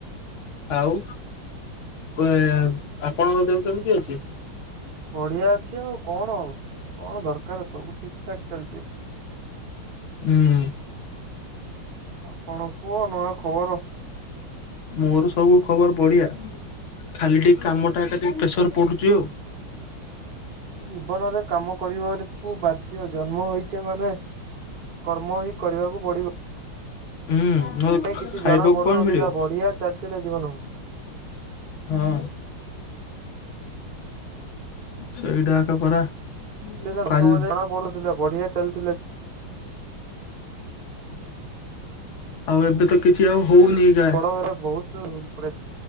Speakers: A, on the left; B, on the right.
A: ଆଉ ଏ ଆପଣଙ୍କ ଦେହ କେମିତି ଅଛି?
B: ବଢିଆ ଅଛି ଆଉ କଣ ଆଉ କଣ ଦରକାର ସବୁ ଠିକ ଠାକ୍ ଚାଲିଛି
A: ହୁଁ
B: ଆଉ କଣ କୁହ ନୂଆ ଖବର
A: ମୋର ସବୁ ଖବର ବଢିଆ ଖାଲି ଟିକେ କାମଟା ଏକା ଟିକେ ପ୍ରେସର ପଡୁଛି ଆଉ
B: ଜୀବନରେ କାମ କରିବାକୁ ବାଧ୍ୟ ଜନ୍ମ ହେଇଛେ ମାନେ କର୍ମ ହିଁ କରିବାକୁ ପଡିବ
A: ହୁଁ ନହେଲେ
B: ହି କିଛି
A: ଖାଇବାକୁ
B: ଜଣା ପଡୁନଥିଲା
A: କଣ ମିଳିବ
B: ବଢିଆ ଚାଲିଥିଲା ଜୀବନକୁ
A: ହଁ ସେଇଟା ଏକା ପରା
B: ସେ ଦଶ
A: କାଲି
B: ଜଣା ପଡୁଥିଲା ବଢିଆ ଚାଲିଥିଲା
A: ଆଉ ଏବେ ତ କିଛି ଆଉ ହଉନି ଗାଁ
B: <unintelligible> ବହୁତ ଉପରେ